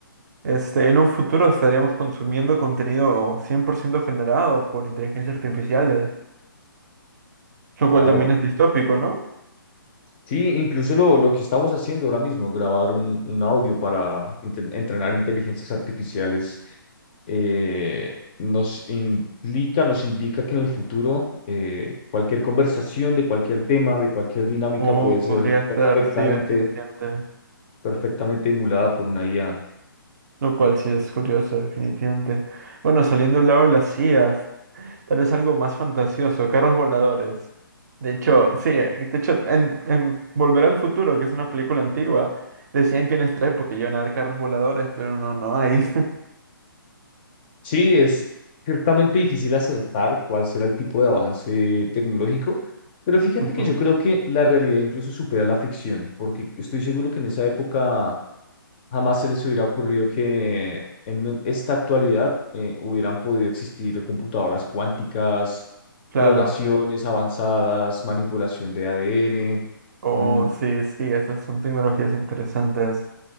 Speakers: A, on the right; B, on the left.
A: este, en un futuro estaríamos consumiendo contenido 100% generado por inteligencias artificiales, lo cual
B: Claro.
A: también es distópico, ¿no?
B: Sí, incluso lo, lo que estamos haciendo ahora mismo, grabar un, un audio para inte- entrenar inteligencias artificiales, eh, nos implica, nos indica que en el futuro eh, cualquier conversación de cualquier tema, de cualquier dinámica
A: O
B: puede ser
A: podría estar,
B: perfectamente,
A: sí, definitivamente.
B: perfectamente emulada por una IA.
A: Lo cual sí es curioso, definitivamente. Bueno, saliendo del lado de las IAs. tal vez algo más fantasioso, carros voladores. De hecho, sí, eh, de hecho, en, en Volver al Futuro, que es una película antigua, decían que en esta época iban a dar carros voladores, pero no, no hay.
B: Sí, es ciertamente difícil acertar cuál será el tipo de avance tecnológico, pero fíjate
A: <laughs> Ujú,
B: que yo creo que la realidad incluso supera la ficción, porque estoy seguro que en esa época jamás se les hubiera ocurrido que en esta actualidad eh, hubieran podido existir computadoras cuánticas,
A: claro.
B: clonaciones avanzadas, manipulación de ADN.
A: Oh,
B: Mm,
A: sí, sí, esas son tecnologías interesantes.